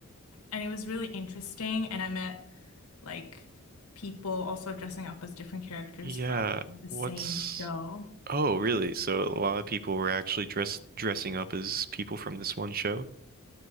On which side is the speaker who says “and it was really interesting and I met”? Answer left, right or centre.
Left